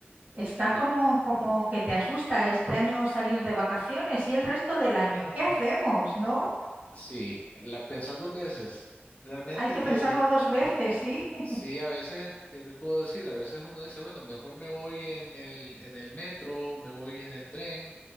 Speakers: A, on the right (about 40°); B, on the left (about 35°).
A: Está
B: sí,
A: como, como que te asusta este año salir de vacaciones y el resto del año. ¿Qué hacemos, no?
B: sí, la pensás dos veces. Realmente
A: Hay que
B: que
A: pensarlo dos veces, sí. <laughs>
B: sí, a veces, ¿qué te puedo decir? A veces uno dice, bueno, mejor me voy en el, en el metro, me voy en el tren